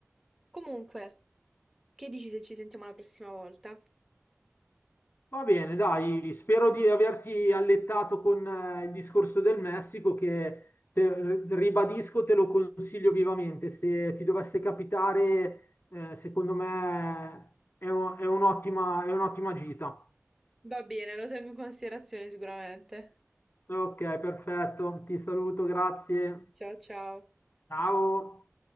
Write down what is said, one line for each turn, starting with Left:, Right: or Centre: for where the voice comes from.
Centre: Comunque, che dici se ci sentiamo la prossima volta?
Left: Va bene, dai, spero di averti allettato con eh, il discorso del Messico che te- ribadisco, te lo consiglio vivamente. Se ti dovesse capitare, eh, secondo me è, un- è un'ottima, è un'ottima gita.
Centre: Va bene, lo tengo in considerazione sicuramente.
Left: Ok, perfetto, ti saluto, grazie.
Centre: Ciao ciao.
Left: Ciao.